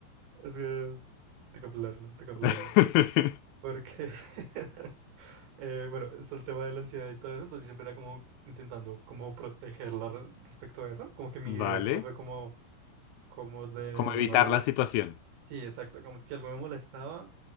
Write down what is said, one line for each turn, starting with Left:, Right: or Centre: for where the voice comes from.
Right: es que tengo que hablarlo, tengo
Left: <laughs>
Right: que hablarlo. Porque, <laughs> eh, bueno, es el tema de la ansiedad y todo eso, entonces siempre era como intentando como protegerla re- respecto a eso, como que mi
Left: Vale.
Right: idea siempre fue como como de
Left: ¿Cómo evitar
Right: no le...
Left: la situación?
Right: Sí, exacto, como es que algo me molestaba.